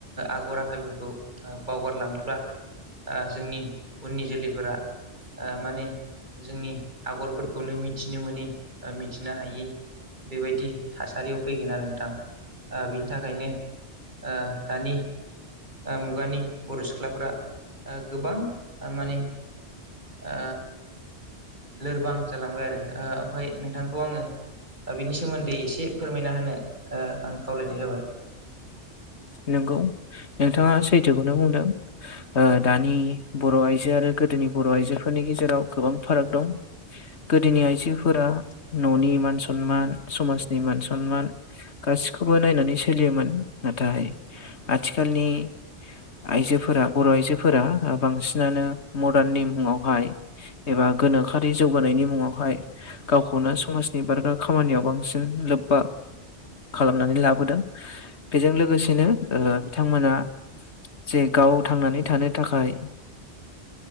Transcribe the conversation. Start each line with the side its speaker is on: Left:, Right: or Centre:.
Right: आगर आखायफोरखौ बावगारलाङोब्ला जोंनि उननि जोलैफोरा माने ओ जोंनि आगर फोरखौनो मिथिनो मोनो मिथिनो हायि बेबायदि थासारियाव फैगोन आरो नोंथां बिनि थाखायनो ओ दानि मुगानि बर' सिख्लाफ्रा गोबां माने ओ लोरबां जालांबाय आरो ओमफ्राय नोंथांखौ आङो बिनि सोमोन्दै एसे फोरमायना होनो आं खावलायनाय जाबाय
Left: नंगौ नोंथाङा सैथोखौनो बुंदों दानि बर' आइजो आरो गोदोनि बर' आइजोफोरनि गेजेराव गोबां फाराग दं गोदोनि आइजोफोरा न'नि मान सनमान समाजनि मान सनमान गासिखौबो नायनानै सोलियोमोन नाथाय आथिखालनि आइजोफोरा बर' आइजोफोरा बांसिनानो मदार्न नि मुङावहाय एबा गोनोखोरि जौगानायनि मुङावहाय गावखौनो समाजनि बारगा खामानियाव बांसिन लोब्बा खालामनानै लाबोदों बेजों लोगोसेनो बिथांमोना जे गाव थांनानै थानो थाखाय